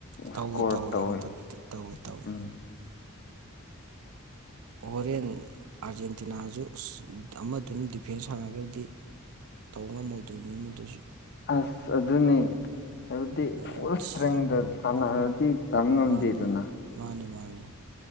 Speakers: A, on the right; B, on the left.
A: ꯇꯧꯋꯦ
B: ꯁꯀꯣꯔ
A: ꯇꯧꯋꯦ
B: ꯇꯧꯋꯦꯅꯦ
A: ꯍꯟꯗꯛꯇꯤ ꯇꯧꯋꯦ ꯇꯧꯋꯦ
B: ꯎꯝ
A: ꯍꯣꯔꯦꯟ ꯑꯥꯔꯖꯦꯟꯇꯤꯅꯥꯖꯨ ꯑꯃꯗꯨꯅ ꯗꯤꯐꯦꯟꯁ ꯁꯥꯟꯅꯒ꯭ꯔꯥꯗꯤ ꯇꯧꯕ ꯉꯝꯃꯣꯏꯗꯣꯏꯅꯤꯅꯦ ꯑꯗꯨꯁꯨ
B: ꯑꯁ ꯑꯗꯨꯅꯦ ꯍꯥꯏꯕꯗꯤ ꯐꯨꯜ
A: ꯑꯗꯨꯁꯨ
B: ꯏꯁꯇ꯭ꯔꯦꯡꯗ ꯁꯥꯟꯅꯔꯗꯤ ꯇꯝ ꯉꯝꯗꯦꯗꯅ
A: ꯃꯥꯅꯦ ꯃꯥꯅꯦ ꯃꯥꯅꯦ